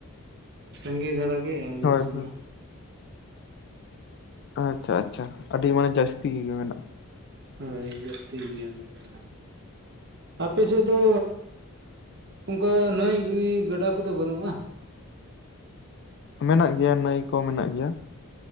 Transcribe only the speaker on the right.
ᱥᱟᱸᱜᱮ ᱫᱷᱟᱨᱟ ᱜᱮ ᱜᱮ ᱟᱞᱮ
ᱫᱤᱥᱚᱢ
ᱱᱟ
ᱦᱳᱭ ᱡᱟᱹᱥᱛᱤ ᱜᱮᱭᱟ ᱱᱮᱛᱚᱜ ᱫᱚ ᱟᱯᱮ ᱥᱮᱫ ᱫᱚ ᱚᱝᱠᱟ ᱱᱟᱹᱭ ᱜᱟᱰᱟ ᱠᱚᱫᱚ ᱵᱟᱹᱱᱩᱜ-ᱟ